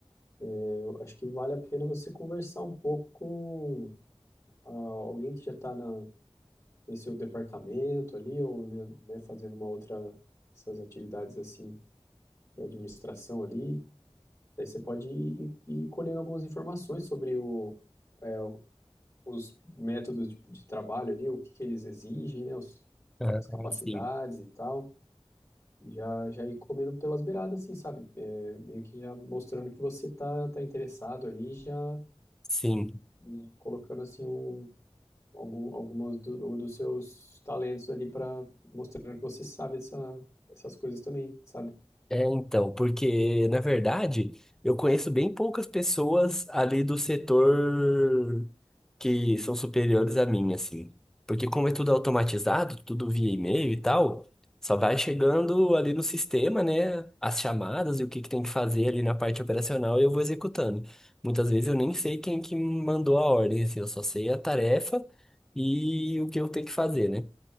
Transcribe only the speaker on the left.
Eu acho que vale a pena você conversar um pouco com ah, alguém que já está na, nesse seu departamento ali, ou né, né, fazendo uma outra, essas atividades, assim, da administração ali. Daí você pode ir, ir ir colhendo algumas informações sobre o, é, o- os métodos de, de trabalho ali, o que que eles exigem, né? Os,
as capacidades
e tal. E já, já ir comendo pelas beiradas, assim, sabe? É, meio que já mostrando que você tá, tá interessado ali, já
e colocando, assim, um, algum, algumas do- dos seus talentos ali para mostrando que você sabe essa, essas coisas também, sabe?